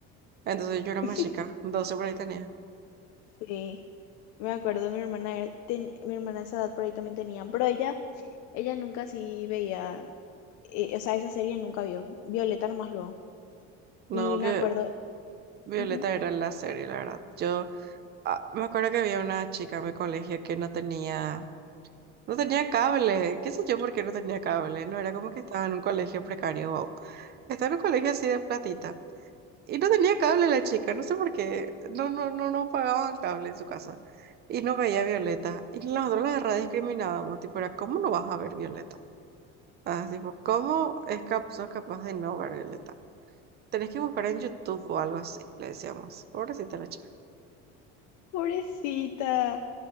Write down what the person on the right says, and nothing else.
Entonces yo era
más chica, 12 por ahí tenía.
No,
vi,
Violeta
era la serie, la verdad. Yo ah, me acuerdo que había una chica en mi colegio que no tenía, no tenía cable. ¿Qué sé yo por qué no tenía cable? No era como que estaba en un colegio precario. Wow. Estaba en un colegio así de platita. Y no tenía cable la chica, no sé por qué. No, no, no, no pagaban cable en su casa. Y no veía a Violeta. Y nosotros la verdad discriminábamos. Tipo, era, ¿cómo no vas a ver Violeta? Ah, tipo, ¿cómo es cap- sos capaz de no ver Violeta? Tenés que buscar en YouTube o algo así, le decíamos. Pobrecita la chica.